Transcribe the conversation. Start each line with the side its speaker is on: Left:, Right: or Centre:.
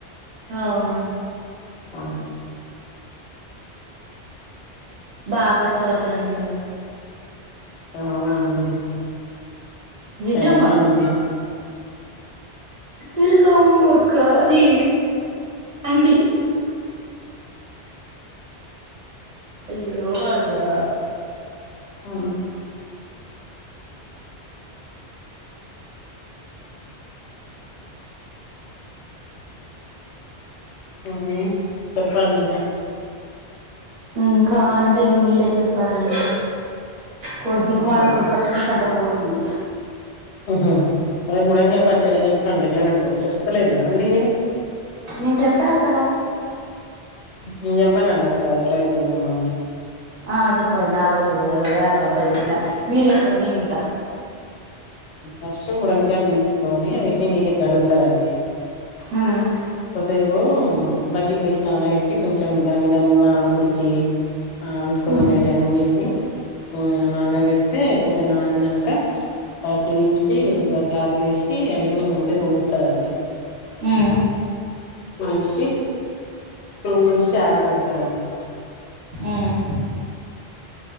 Right: అవున
Left: అవును
Right: బాగా కష్టపడతారండి మీరు
Left: అవునండి
Right: నిజంగా
Left: థ్యాంక్ యూ అండి
Right: వెల్కమ్ అక్క జి అండి అయ్యో అల్లా
Left: ఆ ఆ చెప్పాలింక్
Right: ఇంకా అంటే ఇగ మీరే చెప్పాలండి కొడి దిక్కుమలిన
Left: ఉమ్.
Right: కొడి పచ్చి పల్స్ అంత పోగొట్టింది
Left: ఉమ్మ్ అదే బుదంకై పచ్చిడ చెప్పండి ఇట్ల పెడతా చెప్తల్లెద్ యంద గినోచ్
Right: నేను చెప్పను కద
Left: నేను చెప్పానండి ఒకసారి ఎట్లా అవుతుంది మమ్మీ
Right: ఆ చెప్పండి నాకు కూడా పెద్దది రోజ ఆరు తరత ఎత్తిన మీరు చెప్పండి నేను ఇంత
Left: ఫస్ట్ బుడకాయలు తీసుకొని అవిటిని నీటికి అడుగుతారంండి
Right: ఉమ్
Left: ఒకసేపు బకెట్ లేసి నాన కొంచం దాని మీద ఉన్న మురికి ఆ అంటకున్నా
Right: ఉమ్
Left: నటి ఎన్ని మీ నే ర ఏ కొంచం నాన్నంకా అ వసి ఒక క్లాత్లు వేసి అీటిని మంచిగ తూడుస్తారండి
Right: హమ్
Left: తూర్చి తూర్చ అరపేడతరాండి
Right: ఉమ్